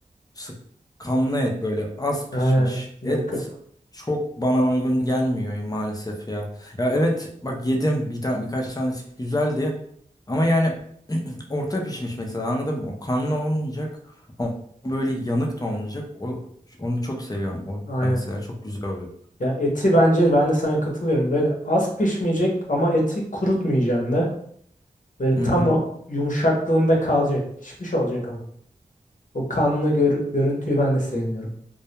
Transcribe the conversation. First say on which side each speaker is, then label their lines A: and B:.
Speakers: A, on the left; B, on the left.
A: Sık kanlı et böyle az
B: He.
A: pişmiş et
B: Yok yok.
A: çok bana uygun gelmiyor maalesef ya. Ya evet bak yedim bir tane birkaç tanesi güzeldi ama yani orta pişmiş mesela anladın mı? O kanlı olmayacak ama böyle yanık da olmayacak. O, onu çok seviyorum. O
B: Aynen.
A: mesela çok güzel oluyor.
B: Ya eti bence ben de sana katılıyorum. Böyle az pişmeyecek ama eti kurutmayacaksın da. Böyle
A: Hı
B: tam
A: hı.
B: o yumuşaklığında kalacak. Pişmiş olacak ama. O kanlı gör- görüntüyü ben de sevmiyorum.